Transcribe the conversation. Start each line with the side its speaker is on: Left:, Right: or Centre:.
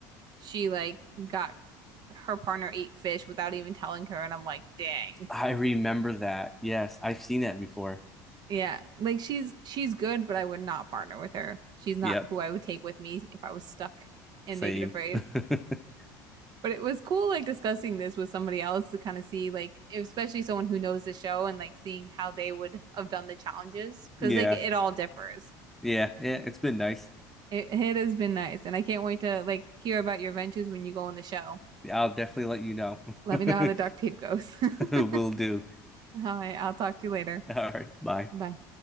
Right: she like got her partner ate fish without even telling her, and I'm like, dang.
Centre: I remember that. Yes, I've seen that before.
Right: Yeah, like she's she's good, but I would not partner with her. She's not
Centre: Yep,
Right: who I would take with me if I was stuck in
Centre: same.
Right: Naked Afraid.
Centre: <laughs>
Right: But it was cool like discussing this with somebody else to kind of see like especially someone who knows the show and like seeing how they would have done the challenges because
Centre: Yeah,
Right: like it all differs.
Centre: yeah, yeah. It's been nice.
Right: It, it has been nice and I can't wait to like hear about your ventures when you go on the show.
Centre: I'll definitely let you know.
Right: Let
Centre: <laughs>
Right: me know how the duct tape goes. <laughs> All
Centre: Will do.
Right: right, I'll talk to you later.
Centre: All right, bye.
Right: Bye.